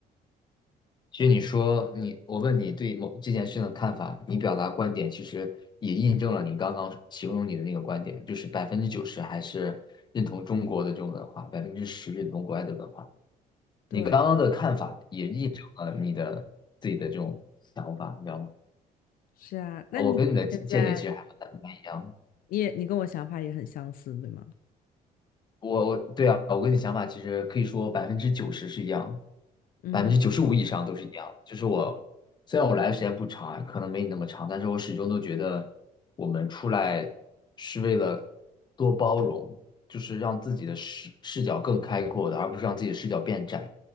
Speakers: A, on the left; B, on the left.
A: 其实你说你，我问你对某这件事情的看法，你表达观点，其实也印证了你刚刚形容你的那个观点，就是百分之九十还是认同中国的这种文化，百分之十认同国外的文化。
B: 对，
A: 你刚刚的看法也印证了你的自己的这种想法，你知道吗？
B: 是啊，那你现在
A: 我跟你的见见解其实还蛮蛮一样的。
B: 你也你跟我想法也很相似，对吗？
A: 我我对啊，我跟你想法其实可以说百分之九十是一样的，
B: 嗯
A: 百分之九十五以上都是一样的。就是我虽然我来的时间不长啊，可能没你那么长，但是我始终都觉得我们出来是为了多包容，就是让自己的视视角更开阔的，而不是让自己的视角变窄。